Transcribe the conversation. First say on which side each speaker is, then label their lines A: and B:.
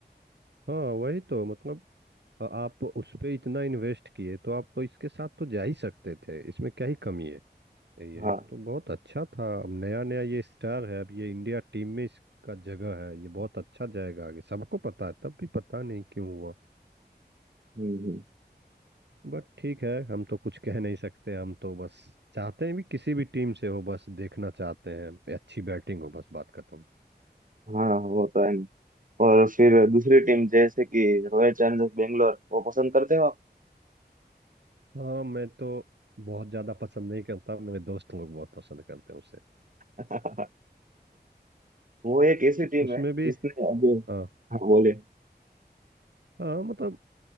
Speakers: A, on the right (about 80°); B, on the right (about 50°).
A: हाँ वही तो मतलब अ, आप उस पे इतना इन्वेस्ट किए तो आप तो इसके साथ तो जा ही सकते थे इसमें क्या ही कमी है ये
B: हाँ
A: एक तो बहुत अच्छा था अब नया नया ये स्टार है अब ये इंडिया टीम में इसका जगह है ये बहुत अच्छा जाएगा आगे सबको पता है तब भी पता नहीं क्यों हुआ
B: हम्म हम्म,
A: बट ठीक है हम तो कुछ कह नहीं सकते हम तो बस चाहते हैं भी किसी भी टीम से हो बस देखना चाहते हैं अच्छी बैटिंग हो बस बात खत्म
B: हाँ वो तो है ना और फिर दूसरी टीम जैसे कि रॉयल चैलेंजर्स बेंगलोर वो पसंद करते हो
A: हाँ मैं तो बहुत ज्यादा पसंद नहीं करता मेरे दोस्त लोग बहुत पसंद करते हैं उसे
B: आप <laughs> वो एक ऐसी
A: कि
B: टीम
A: उसमें
B: है
A: भी
B: जिसने अभी
A: हाँ
B: हाँ बोले
A: हाँ मतलब